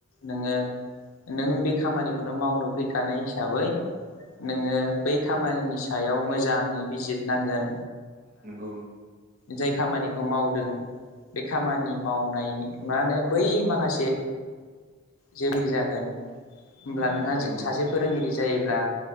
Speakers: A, on the left (about 85°); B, on the right (about 40°).
A: नोङो नों बे खामानिखौनो मावनो फैखानाय हिसाबै नोङो बै खामानिनि सायाव मोजाङै बिजिर नांगोन।
B: नोंगौ।
A: जाय खामानिखौ मावदों बे खामानि मावनाय मा होनो बै माखासे जोबोर जागोन होमब्ला नोंहा
B: औ
A: सासे
B: नोंथां
A: फोरोंगिरि जायो। ब्ला